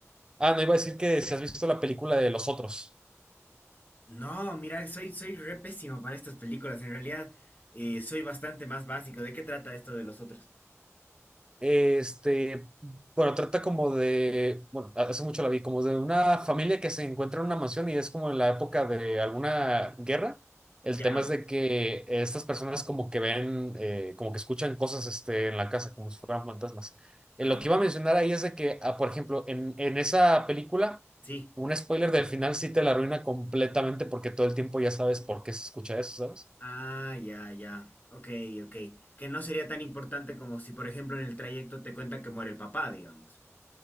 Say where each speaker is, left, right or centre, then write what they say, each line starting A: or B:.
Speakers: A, on the right (about 15°); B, on the left (about 35°).
A: Ah, no iba a decir que si has visto la película de Los Otros.
B: No, mira, soy, soy re pésimo para estas películas. En realidad, eh, soy bastante más básico. ¿De qué trata esto de los otros?
A: Este, bueno, trata como de, bueno, hace mucho la vi, como de una familia que se encuentra en una mansión y es como en la época de alguna guerra. El
B: Ya.
A: tema es de que estas personas como que ven, eh, como que escuchan cosas, este, en la casa, como si fueran fantasmas. Eh,
B: Ah,
A: lo que iba a mencionar ahí es de que, ah, por ejemplo, en, en esa película,
B: sí.
A: un spoiler del final sí te la arruina completamente porque todo el tiempo ya sabes por qué se escucha eso, ¿sabes?
B: Ah, ya, ya. Ok, ok. Que no sería tan importante como si, por ejemplo, en el trayecto te cuentan que muere el papá, digamos.